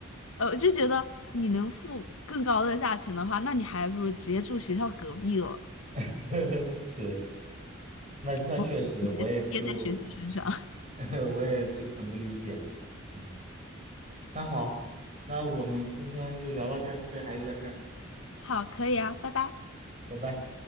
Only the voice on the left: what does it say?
呃，我就觉得你能付更高的价钱的话，那你还不如直接住学校隔壁了，
我直接贴在学校身上。
<laughs>
好，可以啊，拜拜。